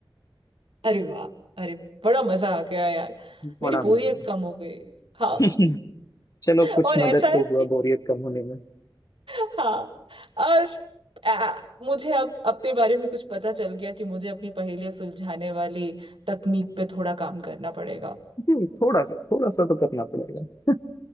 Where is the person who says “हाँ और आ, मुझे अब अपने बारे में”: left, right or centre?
Right